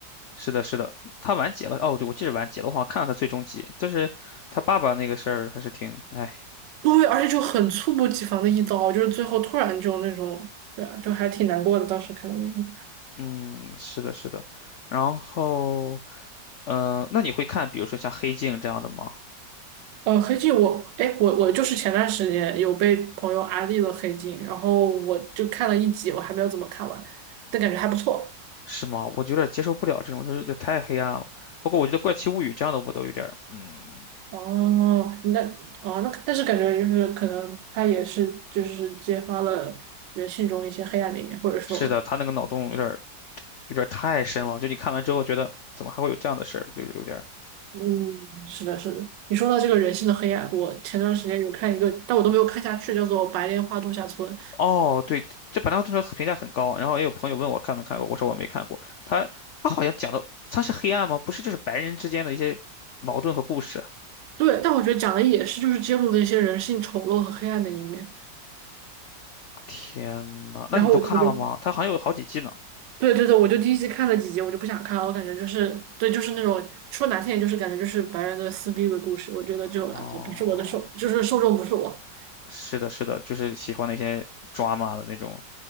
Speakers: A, on the left; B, on the right.
A: 是的，是的，他完结了。哦，对，我记得完结了，我好像看了他最终集，但是他爸爸那个事儿还是挺哎。
B: 对，而且就很猝不及防的一刀，就是最后突然就那种，对啊，就还挺难过的，当时看到那个。
A: 嗯，是的，是的。然后，呃，那你会看，比如说像《黑镜》这样的吗？
B: 呃，黑镜我，哎，我我就是前段时间有被朋友安利了黑镜，然后我就看了一集，我还没有怎么看完，但感觉还不错。
A: 是吗？我有点接受不了这种，就是这太黑暗了。不过我觉得《怪奇物语》这样的我都有点儿嗯，
B: 哦，那哦那但是感觉就是可能它也是就是揭发了人性中一些黑暗的一面，或者说，
A: 是的，他那个脑洞有点儿有点儿太深了。就你看完之后觉得，怎么还会有这样的事儿？就是有点儿。
B: 嗯，是的，是的。你说到这个人性的黑暗，我前段时间有看一个，但我都没有看下去，叫做《白莲花度假村》。
A: 哦，对，这本来我这个评价很高，然后也有朋友问我看没看过，我说我没看过。他他好像讲的他是黑暗吗？不是，就是白人之间的一些矛盾和故事。
B: 对，但我觉得讲的也是就是揭露的一些人性丑陋和黑暗的一面，
A: 天呐，那你都看了吗？
B: 然后我我就。
A: 他好像有好几季呢。
B: 对对对，我就第一集看了几集，我就不想看了，我感觉就是，对，就是那种说难听点，就是感觉就是白人的撕逼的故事，我觉得就呃不是我的受，
A: 哦，
B: 就是受众不是我。
A: 是的，是的，就是喜欢那些抓马的那种，